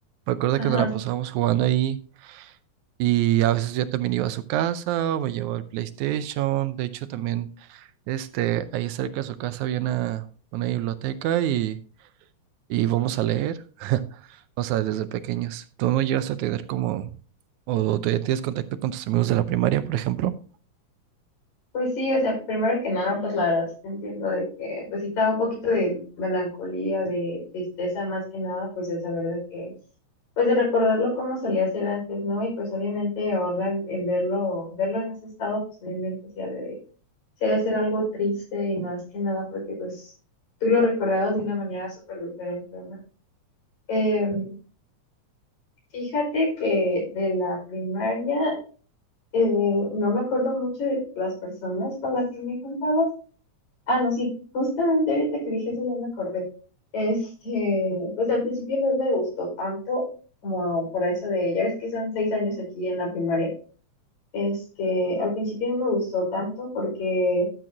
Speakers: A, on the right; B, on the left.
A: Me acuerdo
B: ajá.
A: que nos la pasábamos jugando ahí. Y a veces yo también iba a su casa, o me llevaba el PlayStation. De hecho, también este, ahí cerca de su casa había una, una biblioteca y, y íbamos a leer. O sea, desde pequeños. ¿Tú no llegaste a tener como, o todavía tienes contacto con tus amigos de la primaria, por ejemplo?
B: Pues sí, o sea, primero que nada, pues la verdad sí te entiendo de que, pues sí estaba un poquito de melancolía, de tristeza más que nada, pues de saber de que, pues de recordarlo como solía ser antes, ¿no? Y pues obviamente ahora en verlo, verlo en ese estado, pues obviamente sí ha de, sí ha de ser algo triste y más que nada porque pues tú lo recordabas de una manera súper diferente, ¿no? Em, fíjate que de la primaria eh, no me acuerdo mucho de las personas con las que me juntaba. Ah, no, sí, justamente ahorita que dije eso ya me acordé. Este, pues al principio no me gustó tanto como por eso de, ya ves que son seis años aquí en la primaria. Este, al principio no me gustó tanto porque